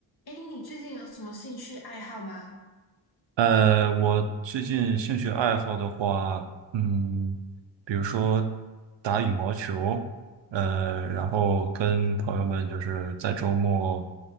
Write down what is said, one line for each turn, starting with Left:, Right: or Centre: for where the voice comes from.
Left: 哎，你最近有什么兴趣爱好吗？
Right: 呃，我最近兴趣爱好的话，嗯，比如说打羽毛球，呃，然后跟朋友们就是在周末，